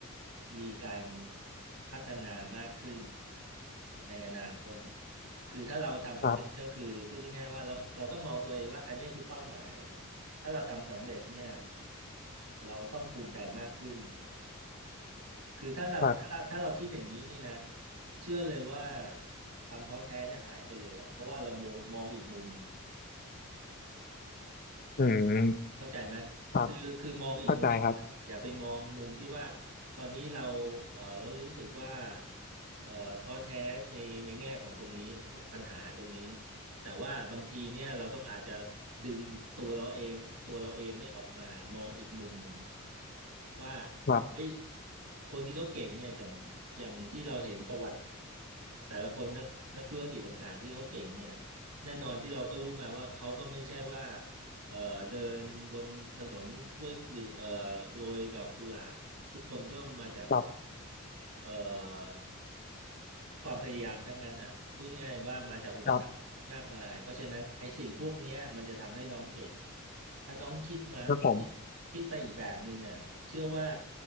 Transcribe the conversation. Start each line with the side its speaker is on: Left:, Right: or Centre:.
Right: มีการพัฒนามากขึ้นในอนาคตคือถ้าเราทำสำเร็จก็คือพูดง่ายๆว่าเราเราต้องมองตัวเองว่าอันเนี้ยคือเป้าหมาย
Left: ค
Right: ถ้าเราทำสำเร็จเนี่ยเราต้องภูมิใจมากขึ้น คือถ้าเราถ้าถ้าเราคิดอย่างนี้นี่นะ
Left: รับ
Right: เชื่อเลยว่าความท้อแท้จะหายไปเลยล่ะเพราะว่าเรามองมองอีกมุมหนึ่ง
Left: อืม
Right: เข้าใจไหม
Left: ครับ
Right: คือคือมองอีกมุมหนึ่งอย่าไปมองมุมที่ว่า
Left: เข้าใจครับ
Right: ตอนนี้เราเออเรารู้สึกว่าเออท้อแท้ในในแง่ของตรงนี้ปัญหาตรงนี้ แต่ว่าบางทีเนี่ยเราต้องอาจจะดึงตัวเราเอง ตัวเราเองเนี่ยออกมามองอีกมุมหนึ่งว่า
Left: ครับ
Right: เฮ้ยคนที่เขาเก่งเนี่ยอย่างอย่างที่เราเห็นประวัติแต่ละคนนักนักธุรกิจต่างๆที่เขาเก่งเนี่ยแน่นอนที่เราก็รู้มาว่าเขาก็ไม่ใช่ว่า เอ่อเดินบนถนนด้วยกลีเอ่อโรยดอกกุหลาบทุกคนก็มาจาก
Left: ครับ
Right: เอ่อความพยายามทั้งนั้นอ่ะพูดง่ายๆว่ามาจากอุปสรรคมากมายเพราะฉะนั้นไอ้สิ่งพวกเนี้ยมันจะทำให้น้องเก่ง
Left: ครับ
Right: ถ้าน้องคิดมาคิดคิดไปอีกแบบหนึ่งอ่ะเชื่อว่า
Left: แล้วผม